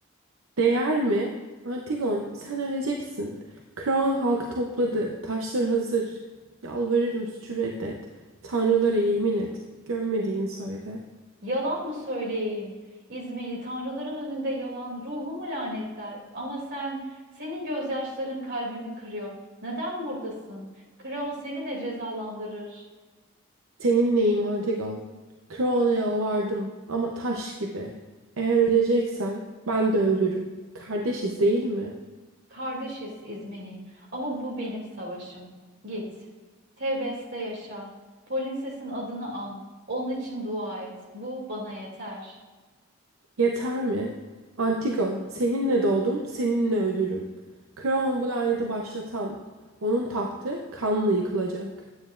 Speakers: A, on the right; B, on the right.
A: Değer mi? Antigon, sen öleceksin. Kraon halkı topladı. Taşlar hazır. Yalvarırım suçu reddet. Tanrılara yemin et. Gömmediğini söyle.
B: Yalan mı söyleyeyim? İzmeni tanrıların önünde yalan ruhumu lanetler. Ama sen, senin gözyaşların kalbimi kırıyor. Neden buradasın? Kreon seni de cezalandırır.
A: Senin Seninleyim Antigon. Kraon'a yalvardım ama taş gibi. Eğer öleceksen ben de ölürüm. Kardeşiz değil mi?
B: Kardeşiz İzmeni ama bu benim savaşım. Git. Tebeste yaşa. Polinses'in adını an. Onun için dua et. Bu bana yeter.
A: Yeter mi? Antigon, seninle doğdum, seninle ölürüm. Kraon bu laneti başlatan, onun tahtı kanla yıkılacak.